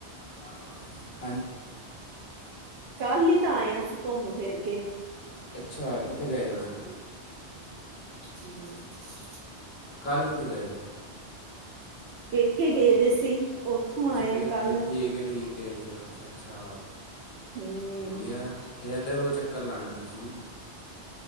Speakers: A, on the left; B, on the right.
A: ਬਾਬਾ <unintelligible>
B: ਕੱਲ ਹੀ ਤਾਂ ਆਏ ਹ ਅਸੀਂ ਘੁੰਮ- ਫਿਰ ਕੇ।
A: ਅੱਛਾ, ਕਿੱਥੇ ਗਏ ਹੋਏ ਸੀ?
B: ਹਮ <unintelligible>
A: ਕੱਲ ਕਿਥ ਗਏ?
B: ਪੇਕੇ ਗਏ ਦੇ ਸੀ। ਉੱਥੋਂ
A: ਅੱਛਾ
B: ਆਏ
A: ਪੇਕੇ
B: ਆ ਕੱਲ
A: ਠੀਕ ਹੈ ਠੀਕ। ਚਲੋ ਅੱਛਾ- ਅੱਛਾ
B: ਹਮ
A: ਵਧੀਆ ਫੇਰ ਇੱਧਰ ਕਦੋਂ ਚੱਕਰ ਲਾਉਣਾ ਤੁਸੀਂ।